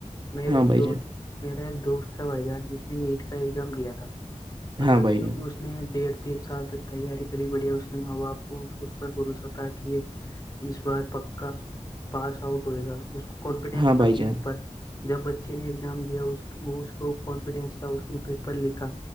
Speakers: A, on the left (about 30°); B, on the right (about 40°).
A: میرے
B: ہاں
A: ایک
B: بھائی
A: دوست
B: جان
A: میرا ایک دوست تھا بھائی جان جس نے نیٹ کا ایگزام کیا تھا مطلب
B: ہاں بھائی جان
A: اس نے ڈیڑھ تین سال تک تیاری کری بڑیا اس کے ماں باپ کو اس پر بھروسہ تھا کہ یہ اس بار پککا پاس آؤٹ ہوئے گا اس کو کانفیڈینس
B: ہاں
A: تھا
B: بھائی
A: اپنے
B: جان
A: اوپر جب بچے نے ایگزام دیا وہ کانفیڈینس تھا اس نے پیپر لکھا